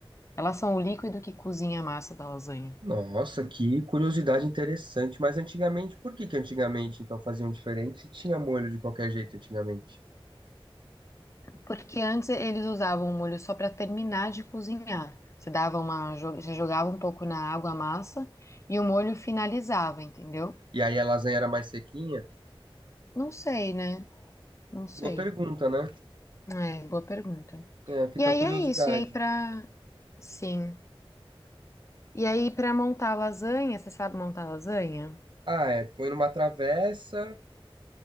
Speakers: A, on the left; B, on the right.
A: Elas são o líquido que cozinha a massa da lasanha.
B: Nossa, que curiosidade interessante. Mas antigamente, por que que antigamente então faziam diferente se tinha molho de qualquer jeito antigamente?
A: Porque antes eles usavam o molho só para terminar de cozinhar. Você dava uma, jo- você jogava um pouco na água a massa e o molho finalizava, entendeu?
B: E aí a lasanha era mais sequinha?
A: Não sei, né? Não sei.
B: Boa pergunta, né?
A: É, boa pergunta.
B: É, fica
A: E aí
B: a curiosidade.
A: é isso. E aí pra. Sim. E aí pra montar lasanha, você sabe montar lasanha?
B: Ah, é, põe numa travessa,